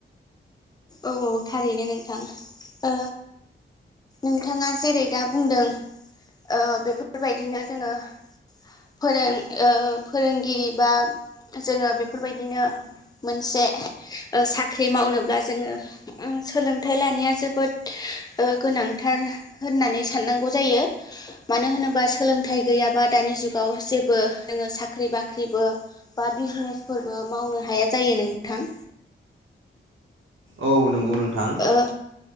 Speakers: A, on the left; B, on the right.
A: औ औ थारैनो नोंथां। ओ नोंथाङा जेरै दा बुंदों ओ बेफोरबायदिनो जोङो फोरों ओ फोरोंगिरि बा जोङो बेफोरबायदिनो मोनसे साख्रि ओ मावनोब्ला जोङो ओम सोलोंथाइ लानाया जोबोद ओ गोनांथार होननानै साननांगौ जायो मानो होनोबा सोलोंथाइ गैयाबा दानि जुगाव आव जेबो नोङो साख्रि बाख्रिबो बा बिजिनेसफोरबो मावनो हाया जायो नोंथां।
B: औ नंगौ नोंथां
A: ओ